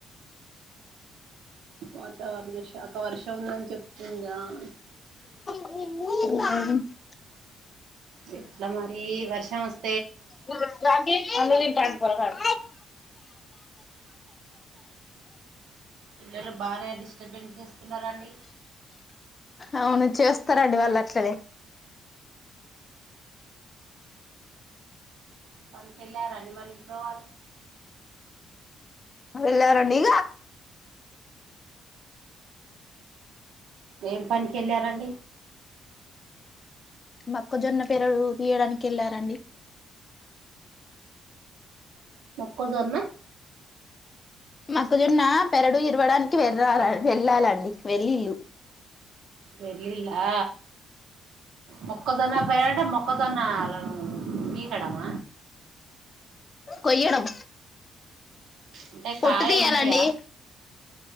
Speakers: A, on the right; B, on the left.
A: వాతావరణ శాఖ వర్షం ఉందని చెప్తుందా ఆ
B: ఉమ్
A: ఎట్ల మరి వర్షం ఒస్
B: మన్ను దింటుండు పొల్లగాడు
A: పిల్లల బాగానే డిస్టర్బెన్స్ చేస్తున్నరండి
B: అవును చేస్తారండి వాళ్ళు అట్లనే
A: పనిక్ ఎల్లారా అండి మరి ఇంట్లో వాళ్ళు
B: వెళ్ళరండి
A: ఏం పనికి ఎళ్ళారండి
B: మక్కజొన్న పేరడు తీయడానికి ఎళ్ళారండి
A: మొక్కజొన్న.
B: మొక్కజొన్న పెరడు ఇరవడానికి వెరారు వెళ్ళాలండి వెళ్లిల్ళు.
A: వెళ్ళిలా. మొక్కజొన్న పెరడు మొక్కజొన్న అలను మిగడన.
B: కొయ్యడం
A: అంటే కాయల్
B: పొట్టు తీయాలండి
A: ఉంటయా